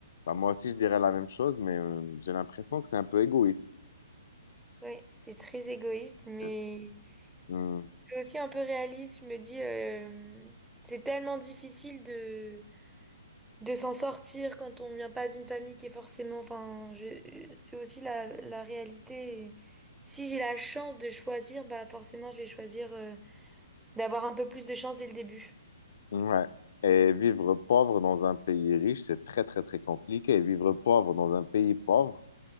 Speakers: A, on the left; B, in the centre.
A: Bah, moi aussi, je dirais la même chose, mais euh, j'ai l'impression que c'est un peu égoïste.
B: Oui, c'est très égoïste, mais
A: C'est- Hmm.
B: c'est aussi un peu réaliste. Je me dis, euh, c'est tellement difficile de, de s'en sortir quand on vient pas d'une famille qui est forcément. Enfin, je, je- c'est aussi la, la réalité. Et si j'ai la chance de choisir, bah forcément, je vais choisir euh, d'avoir un peu plus de chance dès le début.
A: Ouais. Et vivre pauvre dans un pays riche, c'est très, très, très compliqué. Vivre pauvre dans un pays pauvre,